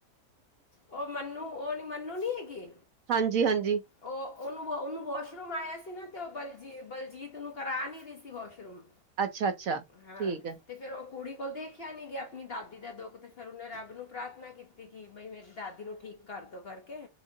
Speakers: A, on the left; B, on the right.
A: ਉਹ ਮੰਨੂੰ ਉਹ ਨੀ ਮੰਨੂੰ ਨੀ ਹੈਗੀ
B: ਹਾਂਜੀ ਹਾਂਜੀ
A: ਉਹ ਉਹਨੂੰ ਉਹਨੂੰ ਵਾਸ਼ਰੂਮ ਆਇਆ ਸੀ ਨਾ ਤੇ ਉਹ ਬਲ ਬਲਜੀਤ ਨੂੰ ਕਰਾ ਨਹੀ ਰਹੀ ਸੀ ਵਾਸ਼ਰੂਮ
B: ਅੱਛਾ ਅੱਛਾ
A: ਹਾਂ
B: ਠੀਕ ਹੈ
A: ਤੇ ਫੇਰ ਉਹ ਕੁੜੀ ਕੋਲ ਦੇਖਿਆ ਨਹੀਂ ਗਿਆ ਕਿ ਆਪਣੀ ਦਾਦੀ ਦਾ ਦੁੱਖ ਤੇ ਫਿਰ ਉਹਨੇ ਰੱਬ ਨੂੰ ਪ੍ਰਾਰਥਨਾ ਕੀਤੀ ਕਿ ਬਈ ਮੇਰੇ ਦਾਦੀ ਨੂੰ ਠੀਕ ਕਰਦੋ ਕਰਕੇ